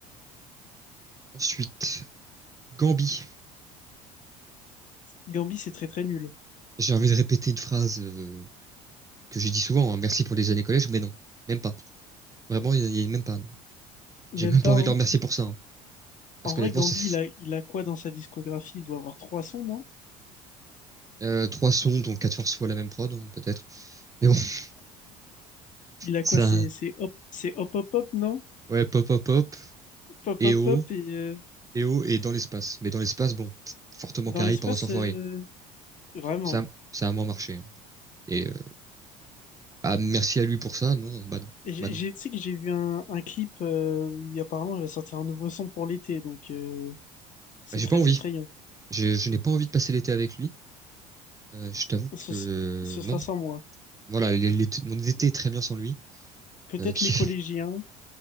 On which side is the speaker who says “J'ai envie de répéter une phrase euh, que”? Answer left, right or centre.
Right